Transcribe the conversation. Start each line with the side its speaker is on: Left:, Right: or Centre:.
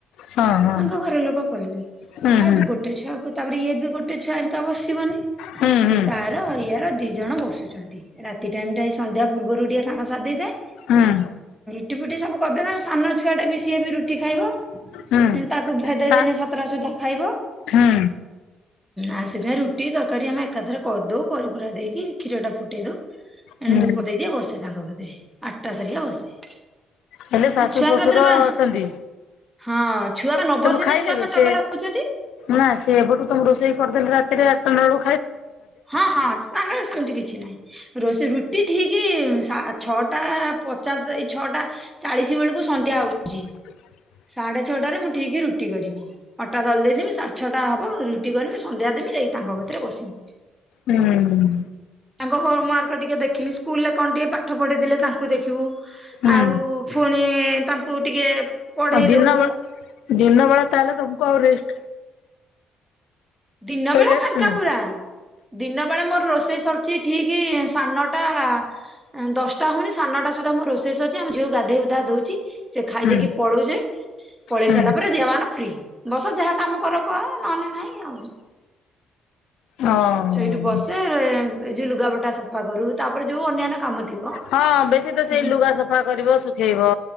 Left: ହଁ ହଁ
Centre: ତାଙ୍କ ଘର ଲୋକ କହିଲେ।
Left: ହୁଁ
Centre: ଆଉ
Left: ହୁଁ
Centre: ସେ ଗୋଟେ ଛୁଆକୁ ତାପରେ ଇଏ ବି ଗୋଟେ ଛୁଆ ଏକା ବସିବନି
Left: ହୁଁ
Centre: ସେ
Left: ହୁଁ
Centre: ତାର ଏଇଆ ତାଙ୍କର ଦି ଜଣ ବସୁଛନ୍ତି। ରାତି ଟାଇମ ଟା ଏଇ ସନ୍ଧ୍ୟା ପୂର୍ବରୁ ଟିକେ କାମ ସାରି ଦେଇଥାଏ।
Left: ହଁ।
Centre: ରୁଟି ଫୁଟି ସବୁ କରିଦେନେ ଆମ ସାନ ଛୁଆଟା ବି ସିଏ ବି ରୁଟି ଖାଇବ।
Left: ହୁଁ।
Centre: ତାକୁ ଭେଦେଇ
Left: ସା
Centre: ଦେନେ ସାତଟା ସୁଦ୍ଧା ଖାଇବ।
Left: ହୁଁ
Centre: ଆ ସେଥିପାଇଁ ରୁଟି, ତରକାରୀ ଆମେ ଏକାଥରେ କରିଦଉ କରିିକୁରା ଦେଇକି କ୍ଷୀର ଟା ଫୁଟେଇ ଦଉ।
Left: ହୁଁ
Centre: ଏଣେ ଧୂପ ଦେଇଦିଏ ବସେ ତାଙ୍କ କତିରେ ଆଠଟା ସାରିକା ବସେ।
Left: ହେଲେ ଶାଶୁ,
Centre: ଆଉ ଛୁଆଙ୍କ
Left: ଶଶୁର
Centre: କତିରେ ବା
Left: ଅଛନ୍ତି।
Centre: ହଁ ଛୁଆ ବା ନ
Left: ସବୁ
Centre: ବସିଲେ
Left: ଖାଇଦେବେ
Centre: ଛୁଆ ବା
Left: ସେ
Centre: ଚଗଲା ହଉଛନ୍ତି।
Left: ନା ସେ ଏବେଠୁ ତ ମୁଁ ରୋଷେଇ ପରଦିନ ରାତିରେ ଆଠଟା ନ ରୁ
Centre: ହଁ ହଁ <unintelligible> ଏମିତି କିଛି ନାହିଁ ରୋଷଇ ରୁଟି ଠିକି ସା ଛଅଟା ପଚାଶ ଏଇ ଛଅଟା ଚାଳିଶ ବେଳକୁ ସନ୍ଧ୍ୟା ହଉଚି।
Left: ହ
Centre: ସାଢେ ଛଅଟାରେ ମୁଁ ଠିକି ରୁ ରୁଟି କରିମି ଅଟା ଦଳ ଦେଇଥିବି ସାଢ଼ ଛଅଟା ହବ ରୁଟି କରିବି, ସନ୍ଧ୍ୟା ଦେବି, ଯାଇକି ତାଙ୍କ କତିରେ ବସିବି।
Left: ହୁଁ।
Centre: ତାଙ୍କ ହୋମ ୱାର୍କ ଟିକେ ଦେଖିବି ସ୍କୁଲରେ କଣ ଟିକେ ପାଠ ପଢିଥିଲେ ତାଙ୍କୁ ଦେଖିବୁ।
Left: ହୁଁ
Centre: ଆଉ ପୁଣି ତାଙ୍କୁ ଟିକେ ପଢେଇଦବୁ
Left: ଆଉ ଦିନ ବେଳ ଦିନ ବେଳା ତାହେଲେ ତମକୁ ଆଉ ରେଷ୍ଟ
Centre: ଦିନ ବେଳା
Left: ରେଷ୍ଟ
Centre: ଫାଙ୍କା
Left: ନାହିଁ।
Centre: ପୁରା। ଦିନ ବେଳା ମୋର ରୋଷେଇ ସରୁଚି ଠିକି ସାନଟା ଅଁ ଦଶଟା ହଉନି ସାନଟା ସୁଦ୍ଧା ମୋ ରୋଷେଇ ସରଚି ଆମ ଝିଅ କୁ ଗାଧୋଇ ଗୁଧା ଦଉଚି ସେ ଖାଇ
Left: ହୁଁ
Centre: ଦେଇକି ପଳଉଚି ପଳେଇ
Left: ହୁଁ
Centre: ସାରିଲା ପରେ ଦିନ ମାନ ଫ୍ରି ବସ ଯାହା କାମ କର କର ନହେଲେ ନାଇଁ ଆଉ
Left: ହଁ।
Centre: ସେଇଠି ବସେ ଏ ଯୋଉ ଲୁଗାପଟା ସଫା କରୁ ତାପରେ ଯୋଉ ଅନ୍ୟାନ୍ୟ କାମ ଥିବ।
Left: ହଁ ବେଶୀ ତ ସେଇ
Centre: ହୁଁ
Left: ଲୁଗା ସଫା କରିବ ଶୁଖେଇବ